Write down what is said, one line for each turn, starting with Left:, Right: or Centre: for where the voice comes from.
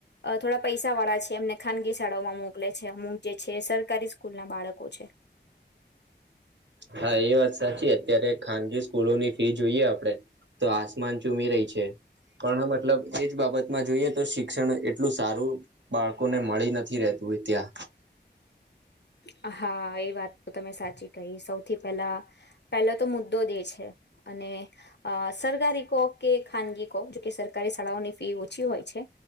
Left: થોડા પૈસા વાળા છે એમને ખાનગી શાળાઓમાં મોકલે છે અમુક જે છે સરકારી સ્કૂલ ના બાળકો છે
Right: હા એ વાત સાચી અત્યારે ખાનગી સ્કૂલોની ફી જોઈએ આપડે તો આસમાન ચૂમી રહી છે. પણ મતલબ એજ બાબતમાં જોઈએ તો શિક્ષણ એટલું સારું. બાળકો ને મળી નથી રહેતું હોય ત્યાં.
Left: હા એ વાત તો તમે સાચી કહી સૌ. થી પેલા પહેલો તો મુદ્દો દેશ છે અને સરકારી કો. કે ખાનગી કો જોકે સરકારી શાળાઓની ફી ઓછી હોય છે.